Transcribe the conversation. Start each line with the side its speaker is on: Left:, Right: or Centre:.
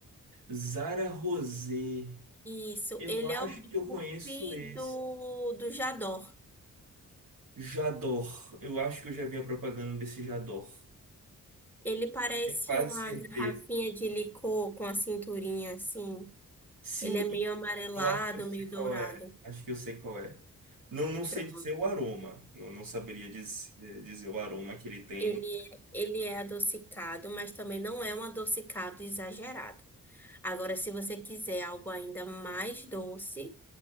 Right: Zara Rosé.
Centre: Isso,
Right: Eu
Centre: ele
Right: acho
Centre: é o dupe
Right: que eu conheço esse.
Centre: do, do Jador.
Right: Jador. Eu acho que eu já vi a propaganda desse Jador.
Centre: Ele parece
Right: Tenho quase
Centre: uma
Right: certeza.
Centre: garrafinha de licor com a cinturinha assim.
Right: Sim,
Centre: Ele é meio amarelado,
Right: Eu acho que eu sei
Centre: meio
Right: qual
Centre: dourado.
Right: é. Acho que eu sei qual é. Não, não sei
Centre: Pronto.
Right: dizer o aroma. Não, não saberia diz- eh, dizer o aroma que ele tem.
Centre: Ele é, ele é adocicado, mas também não é um adocicado exagerado. Agora, se você quiser algo ainda mais doce,